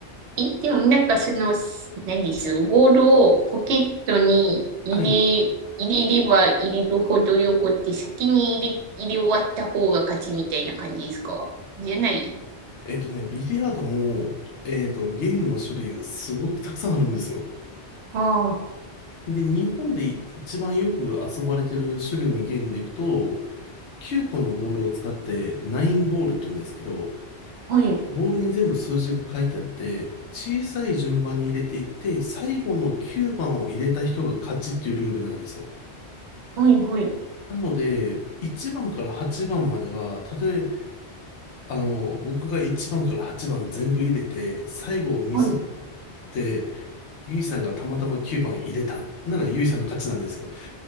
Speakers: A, on the right; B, on the left.
A: え、でもなんかその、す何です、ボールをポケットに入れ、
B: はい。
A: 入れれば入れるほどよくって先に入れ、入れ終わった方が勝ちみたいな感じですかじゃない
B: えっとね、ビリヤードも、えっと、ゲームの種類がすごくたくさんあるんですよ。
A: ああ
B: で、日本で一番よく遊ばれてる種類のゲームでいくと、9個のボールを使って、ナインボールって言うんですけど、
A: ー、はい。
B: ボールに全部数字が書いてあって、小さい順番に入れていって、最後の9番を入れた人が勝ちっていうルールなんですよ。
A: はい、はい。
B: なので、1番から8番までは、たとえ、あの、僕が1番から8番全部入れて、最後をミスっ
A: はい。
B: て、ゆいさんがたまたま9番入れた。なのでゆいさんの勝ちなんですよ。